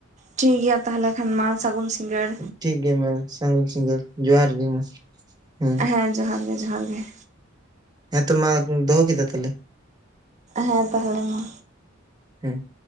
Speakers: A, on the right; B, on the right.
A: ᱴᱷᱤᱠ ᱜᱮᱭᱟ ᱛᱟᱦᱞᱮ ᱠᱷᱟᱱ ᱢᱟ ᱥᱟᱹᱜᱩᱱ ᱥᱤᱸᱜᱟᱹᱲ
B: ᱴᱷᱤᱠ ᱜᱮᱭᱟ ᱢᱟ ᱥᱟᱹᱜᱩᱱ ᱥᱤᱸᱜᱟᱹᱲ ᱡᱚᱦᱟᱸᱨ ᱜᱮ ᱢᱟ ᱦᱮᱸ
A: ᱦᱮᱸ ᱡᱚᱦᱟᱸᱨ ᱜᱮ ᱡᱚᱦᱟᱸᱨ ᱜᱮ
B: ᱦᱮᱸ ᱛᱚ ᱢᱟ ᱫᱚᱦᱚ ᱠᱮᱫᱟ ᱛᱟᱦᱚᱞᱮ
A: ᱦᱮᱸ ᱛᱟᱦᱚᱞᱮ ᱢᱟ
B: ᱦᱮᱸ